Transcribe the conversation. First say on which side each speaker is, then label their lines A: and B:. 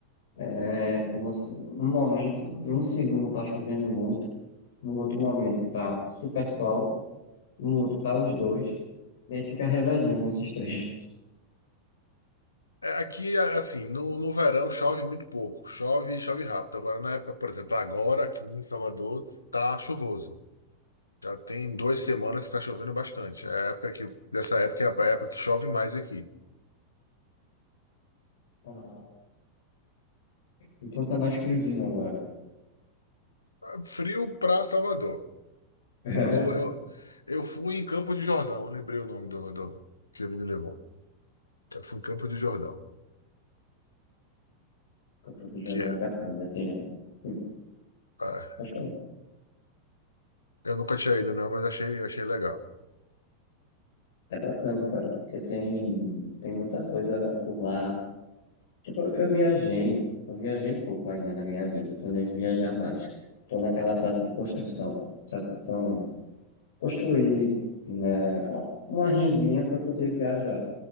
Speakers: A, on the left; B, on the left.
A: é como se um momento, em um segundo tá chovendo muito, no outro momento tá super sol, no outro tá os dois, e aí fica revezando nesses três. <laughs>
B: É, Aqui, a- assim, no, no verão chove muito pouco, chove e chove rápido. Agora, na época, por exemplo, agora aqui em Salvador tá chuvoso. Já tem duas semanas que tá chovendo bastante. É a época que, dessa época é a época que chove mais aqui.
A: Ah, Então tá mais friozinho agora.
B: Ah, Frio pra Salvador.
A: <laughs>
B: Eu, eu, eu fui em Campo de Jordão, eu lembrei o nome do, do que ele me levou. Eu fui em Campo de Jordão,
A: Campo do Jordão
B: que é.
A: é bacana, tem. hum,
B: ah,
A: Acho que
B: eu,
A: é
B: eu nunca tinha ido, não, mas achei, achei legal.
A: é bacana, cara, porque tem, tem muita coisa por lá, Tipo, eu viajei, eu viajei pouco ainda na minha vida, planejo viajar mais. Estou naquela fase de construção, sabe? Então, construir, né, uma rendinha para poder viajar.